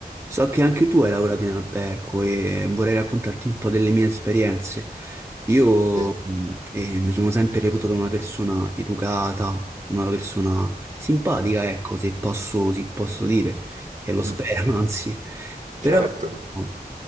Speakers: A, on the right (about 15°); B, on the right (about 50°).
A: So che anche tu hai lavorato in albergo e vorrei raccontarti un po' delle mie esperienze. Io
B: Sì.
A: mh, eh, mi sono sempre reputato una persona educata, una persona simpatica, ecco, se posso, se posso dire, e lo spero,
B: Mm,
A: <laughs> anzi.
B: Certo.
A: Però no,